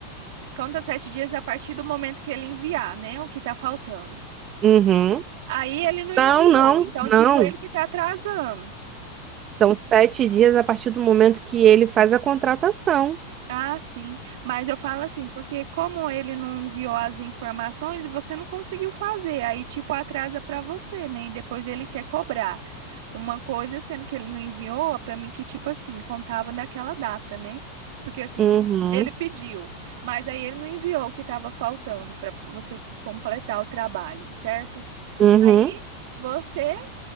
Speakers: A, on the right (about 55°); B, on the right (about 30°).
A: se- conta sete dias a partir do momento que ele enviar, né, o que tá faltando.
B: Uhum.
A: Aí ele não enviou,
B: Não, não,
A: então
B: não.
A: tipo, ele que tá atrasando.
B: São sete dias a partir do momento que ele faz a contratação.
A: Ah, sim. Mas eu falo assim, porque como ele não enviou as informações, você não conseguiu fazer. Aí, tipo, atrasa pra você, né? E depois ele quer cobrar uma coisa, sendo que ele não enviou, pra mim que, tipo assim, contava naquela data, né? Porque assim,
B: Uhum,
A: ele pediu, mas aí ele não enviou o que tava faltando pra você completar o trabalho, certo?
B: uhum.
A: Aí você